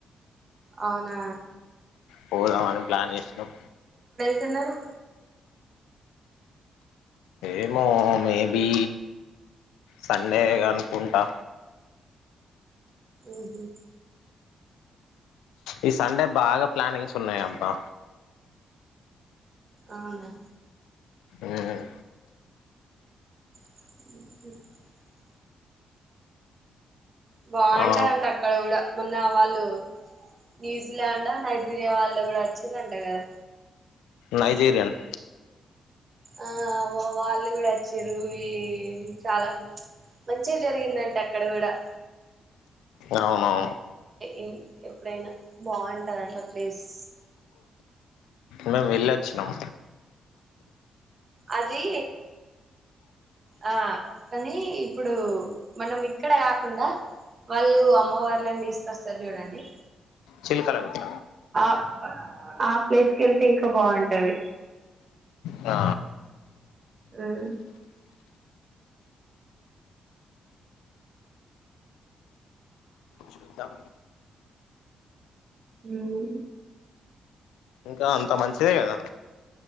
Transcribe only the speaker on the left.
పోదాం అని ప్లాన్ ఏసినం.
ఏమో మే బీ సండే అనుకుంటా.
ఈ సండే బాగా ప్లానింగ్స్ ఉన్నయి అబ్బా
ఉమ్,
ఆ
నైజేరియన్.
అవునవును.
మేం వెళ్ళొచ్చినం.
చిల్కల గుట్ట
ఆ
చూద్దాం
ఇంకా అంతా మంచిదే కదా